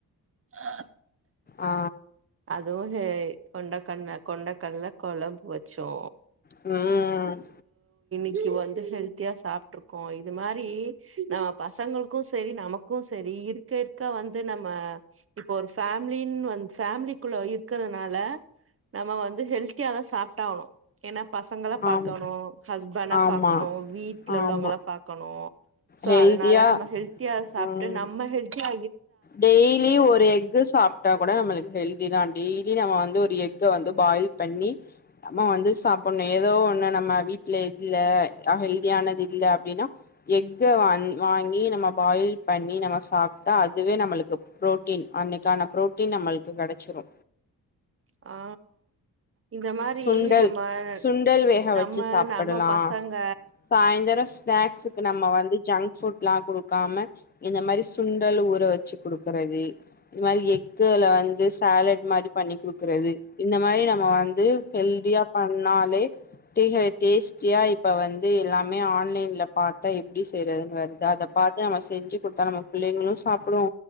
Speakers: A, on the right (about 35°); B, on the left (about 25°).
A: <inaudible>
B: அ
A: அதுவு எ கொண்ட இல்ல கொண்டைக்கல்ல கொழம்பு வெச்சோ
B: ம்
A: இன்னிக்கி வந்து ஹெல்தியா சாப்ட்டுருக்கோ இந்த மாரி நா பசங்களுக்கு செரி நமக்கு செரி இருக்க இருக்க வந்து நம்ம இப்போ ஒரு ஃபேமிலின்னு வந் ஃபேமிலி குள்ள இருக்கறனால நம்ம வந்து ஹெல்த்தியா தா சாப்டகணு ஏன்னா பசங்கள பாக்கணு
B: ஆம்
A: ஹஸ்பண
B: ஆமா
A: பாக்கணு வீட்ல
B: ஆமா
A: உள்ளவங்ள பாக்கணு சோ
B: ஹெல்தியா
A: அதனால நம்ம ஹெல்தியா சாப்ட்டு
B: ம்
A: நம்ம ஹெல்தியா
B: டெய்லி ஒரு எக்கு சாப்ட்டா கூட நம்மளுக் ஹெல்தி தா டெய்லி நம்ம வந்து ஒரு எக்க வந்து பாயில் பண்ணி நம்ம வந்து சாப்பிடணு ஏதோ ஒண்ணு நம்ம வீட்டுல இல்ல ஹெல்தியானது இல்ல அப்படின்னா எக்க வாங்கி நம்ம பாயில் பண்ணி நம்ம சாப்பிட்டா அது இதுவே நம்மளுக்கு புரோட்டீன் அன்னைக்கான புரோட்டீன் நம்மளுக்கு கெடைச்சிரு
A: ஆ இந்த மாரி
B: சுண்டல்
A: நம்ம
B: சுண்டல் வேக
A: நம்ம
B: வச்சு சாப்பிடலா
A: நம்ம பசங்க
B: சாய்ந்தரோ ஸ்நாக்ஸுக்கு நம்ம வந்து ஜங்க் ஃபுட் லம் குடுக்காம இந்த மாரி சுண்டல் ஊற வச்சு குடுக்கறது இந்த மாரி எக்குல வந்து சாலட் மாரி பண்ணி குடுக்கறது இந்த மாரி நம்ம வந்து து ஹெல்தியா பண்ணாலே டி டேஸ்ட்டியா இப்ப வந்து எல்லாமே ஆன்லைன்ல பார்த்தா எப்படி செய்யறதுன்னு வருது அதை பாத்து நம்ம செஞ்சு கொடுத்தா நம்ம பிள்ளைங்களு சாப்பிடுவோ